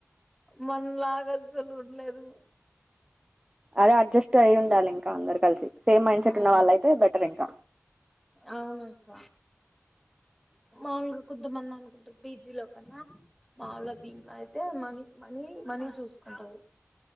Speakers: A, in the centre; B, on the right.
A: మన లాగా అసల్ ఉండలేరు.
B: అది అడ్జస్ట్ అయి ఉండాలి ఇంకా అందరు కలిసి. సేమ్ మైండ్
A: ఉమ్
B: సెట్ ఉన్న వాళ్ళ అయితే బెటర్ ఇంకా.
A: అవునక్క మాములుగా కొంత మంది అన్ కుంటారు పిజీ లో కన్నా మావుల దీంట్లో అయితే మనీ మనీ మనీ చూసుకుంటరు.